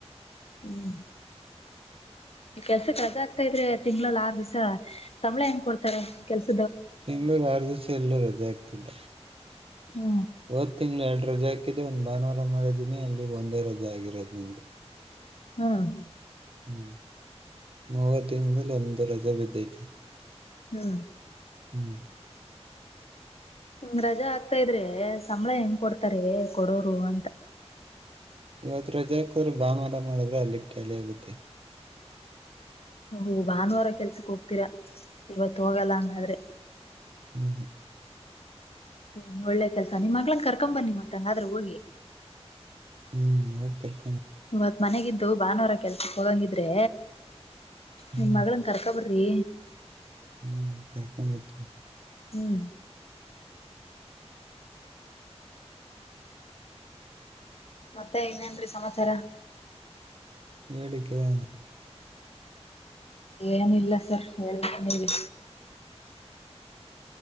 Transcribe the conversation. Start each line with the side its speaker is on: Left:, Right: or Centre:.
Left: ಹ್ಮ್ ಕೆಲ್ಸಕ್ಕೆ ರಜೆ ಆಗ್ತಾ ಇದ್ರೆ ತಿಂಗ್ಗಳಲ್ ಆ ದಿವ್ಸ ಸಂಬಳೆ ಹೆಂಗ್ ಕೊಡ್ತಾರೆ ಕೆಲ್ಸ
Right: ತಿಂಗಳಿಗೆ ಆರು ದಿವಸ ರಜೆ ಆಗ್ತಿಲ್ಲ
Left: ಹ್ಮ್
Right: ಹದ ತಿಂಗಳು ಎರಡ ರಜೆ ಹಾಕಿದೆ ಒಂದ್ ಭಾನುವಾರ ಮಾಡಿದ್ದೀನಿ ಅಲ್ಲಿ ಒಂದೇ ರಜೆ ಆಗಿರೋದ್ ನಂದು
Left: ಹ್ಮ್
Right: ಹ್ಮ್ ಮೂವತ್ತಿನದಲ್ಲಿ ಒಂದು ರಜೆ ಬಿದ್ದೈತಿ
Left: ಹ್ಮ್
Right: ಹ್ಮ್
Left: ಹಂಗ್ ರಜಾ ಆಗ್ತಾ ಇದ್ರೆ ಸಂಬಳ ಹೆಂಗ ಕೊಡ್ತಾರೆ ಕೊಡೋರು ಅಂತ
Right: ಇವತ್ತು ರಜೆ ಹಾಕೋದ್ರೆ ಬಾನುವಾರ ಮಾಡಿದ್ರೆ ಅಲ್ಲಿಗೆ ಟ್ಯಾಲಿ ಆಗುತ್ತೆ
Left: ಹ ಭಾನುವಾರ ಕೆಲ್ಸಕ್ ಹೋಗ್ತೀರಾ ಇವತ್ ಹೋಗಲ್ಲ ಅಂದಾದ್ರೆ
Right: ಹ್ಮದು
Left: ಹ ಒಳ್ಳೆ ಕೆಲ್ಸ ನಿಮ್ಮ್ ಮಗ್ಳನ್ ಕರ್ಕೊಂಡ್ ಬನ್ನಿ ಮತ್ತಂಗಾದ್ರೆ ಹೋಗಿ
Right: ಹ್ಮ್ ಹೊಗತಕ್
Left: ಇವತ್ ಮನೆಗಿದ್ದು ಭಾನುವಾರ ಕೆಲ್ಸಕ್ ಹೋಗಂಗಿದ್ರೆ ನಿಮ್
Right: ಹ್ಮ್
Left: ಮಗಳಂಗ ಕರ್ಕೊಬರಿ
Right: ಹ್ಮ್ ಕರಕೊಂಬತ
Left: ಹ್ಮ್ ಮತ್ತೆ ಇನೇನ್ರಿ ಸಮಾಚಾರ
Right: ಹೇಳಿ ಕೇಳಣ
Left: ಏನಿಲ್ಲ ಸರ್ ಹೇಳ್ಬೇಕ ಹೇಳಿ